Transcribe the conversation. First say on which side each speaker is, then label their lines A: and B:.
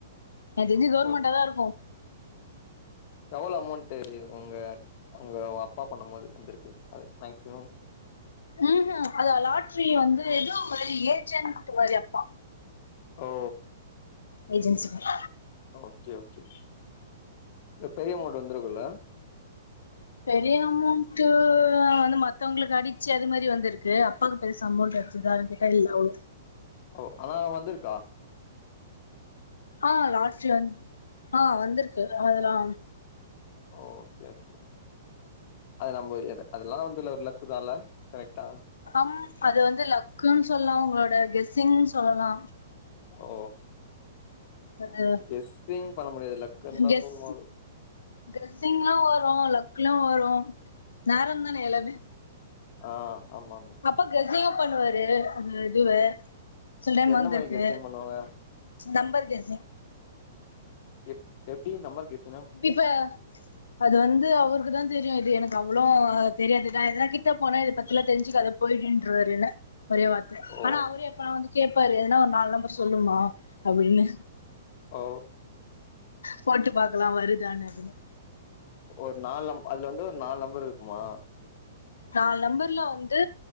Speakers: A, on the left (about 65°); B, on the left (about 40°).
A: எனக்கு தெஞ்சு
B: ஓகே
A: கவர்மெண்டாதா
B: ஓகே
A: இருக்கு
B: எவ்ளோ அமௌண்ட்டு உங்க உங்க அப்பா பண்ணும் போது வந்திருக்கு அ மேக்சிமம்
A: ம் ஹூ அத லாட்ரி வந்து எதோ ஏஜென்ட் மாரி அப்பா
B: ஓ
A: ஏஜென்சி மார்
B: ஓகே ஓகே இல்ல பெரிய அமௌண்ட் வந்துருக்குல்ல
A: பெரிய அமௌண்ட் வந்து மத்தவங்களுக்கு அடி ச்சு அது மாரி வந்திருக்கு அப்பாக்கு பெருசா அமௌண்ட் அச்சுதான் கேட்டா இல்ல அவ்ளொ
B: ஓ ஆனா வந்துருக்கா
A: ஆ லாட்ரி வந் ஆ வந்துருக் கு அதுலா
B: ஓகே ஓகே அது நம்ம அதெல்லா வந்து ஒரு லக்கு தால கரெக்டா
A: அம் அது வந்து லக்குன்னு சொல்லலா உங்களோட கெஸ்ஸிங்னு சொல்லலா
B: ஓ
A: அது
B: கெஸ்ஸிங் பண்ண முடியாது லக்குன்னு தா
A: கெஸ்
B: சொல்லணு அது
A: கெஸ்ஸிங்கு வரு லக் ல வரு நேரந்தான எல்லமே
B: ஆ ஆமா ஆமா
A: அப்ப கெஸ்ஸிங்கு பண்ணுவாரு து அதுவே சில டைம்
B: எந்த
A: வந்திருக்கு
B: மாரி கெஸ்ஸிங் பண்ணுவாங்க
A: நெம்பர் கெஸ்
B: எப் எப்டி நம்ம கெஸ்
A: இப்ப அது வந்து அவுருக்குதா தெரியு இது எனக்கு அவ்ளோ தெரியாது நா எனா கிட்ட போனே இதை பத்திலா தெரிஞ்சுக்காத போயிடுன்றுவாரு என்ன ஒரே வார்த்த
B: ஓ
A: ஆனா அவரே எப்பனா வந்து கேபாரு எதுன்னா ஒரு நாலு நம்பர் சொல்லுமா அப்படின்னு
B: ஓ
A: போட்டு பாத் எல்லா வருதானனு அப்படின்னு
B: ஒரு நாலு நம் அதுல வந்து ஒரு நாலு நம்பரு மா
A: நாலு நம்பர்ல வந்து